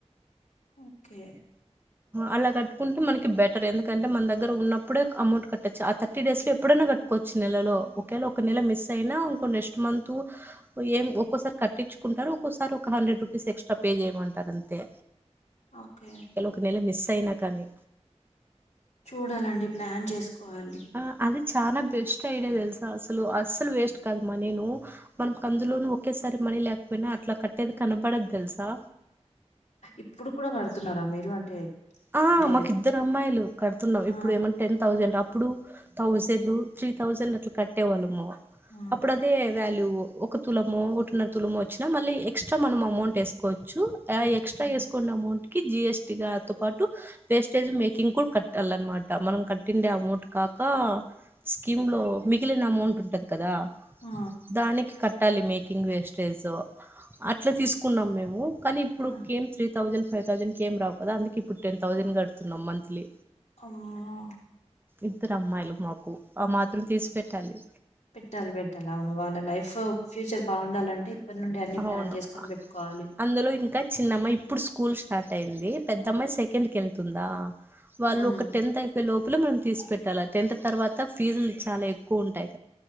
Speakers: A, on the left (about 80°); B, on the right (about 20°).
A: ఓకే
B: అలా కట్టుకుంటే మనకి బెటర్ ఎందుకంటే మన దగ్గర ఉన్నప్పుడే అమౌంట్ కట్టచ్చు ఆ థర్టీ డేస్ లో ఎప్పుడైనా ఎప్పుడన్నా కట్టుకోవచ్చు నెలలో ఒకవేళ ఒక నెల మిస్సయిన నెక్స్ట్ మంత్ ఒక్కోసారి కట్టకపో కట్టిపిచ్చుకుంటారు ఒకోసారి ఒక హండ్రెడ్ రూపీస్ ఎక్స్ట్రా పే చేయమంటారు అంతే
A: ఓకే
B: ఇలా ఒక నెల మిస్ అయినా కానీ
A: చూడాలండి ప్లాన్ చేసుకోవాలి
B: ఆ అది చాలా బెస్ట్ ఐడియా తెలుసా అసలు, అసలు వేస్ట్ కాదు మనీ ను మనకు అందులోను ఒకేసారి మనీ లేకపోయినా అట్లా కట్టేది కనపడదు తెలుసా
A: ఇప్పుడు కూడా కడుతున్నారా మీరు అంటే
B: ఆ
A: అంటే
B: మాకు ఇద్దరు అమ్మాయిలు కడుతున్నాం
A: ఆ!
B: ఇప్పుడు ఏమన్నా టెన్ థౌజండ్ ఇప్పుడు థౌజండ్ త్రీ థౌసండ్ అట్లా కట్టేవాళ్ళము
A: ఆ!
B: అప్పుడు అదే వాల్యూ ఒక తులమో ఒకటిన్నర తులమో వచ్చినా మళ్ళీ ఎక్స్ట్రా మనం అమౌంట్ వేసుకోవచ్చు ఎక్స్ట్రా
A: ఆ!
B: వేసుకోన్న అమౌంట్ కి జిఎస్టి తో పాటు వేస్టేజ్ మేకింగ్ కూడా కట్టాలనమాట మనం కట్టిండే అమౌంట్ కాక స్కీమ్ లో మిగిలిన అమౌంట్ ఉంటది కదా
A: ఆ!
B: దానికి కట్టాలి మేకింగ్ వేస్టేజో అట్లా
A: ఓహ్!
B: తీసుకున్నాం మేము కానీ ఇప్పుడు
A: ఆ!
B: ఏం త్రీ థౌజండ్ ఫైవ్ థౌజండ్ క ఏం రావు కదా అందుకే ఇప్పు ఇప్పుడు టెన్ థౌసండ్ కడుతున్నాం మంత్లీ
A: అమ్మో
B: ఇద్దరు అమ్మాయిలు మాకు ఆ మాత్రం తీసి పెట్టాలి
A: పెట్టాలి పెట్టాలి అవును వాళ్ళ లైఫ్ ఫ్యూచర్ బాగుండాలంటే ఇప్పటి నుండి అన్నన్ని ప్లాన్
B: అవును
A: చేసుకొని పెట్టుకోవాలి
B: అందులో ఇంకా చిన్నమ్మాయి ఇప్పుడు స్కూల్ స్టార్ట్ అయింది పెద్దమ్మాయి సెకండ్ కి వెళ్తుందా వాళ్లు
A: ఉమ్
B: ఒక టెన్త్ అయిపోయేలోపు ఇప్పులు మనం తీసి పెట్టాలి టెన్త్ తర్వాత ఫీజులు చాలా ఎక్కువ ఉంటాయి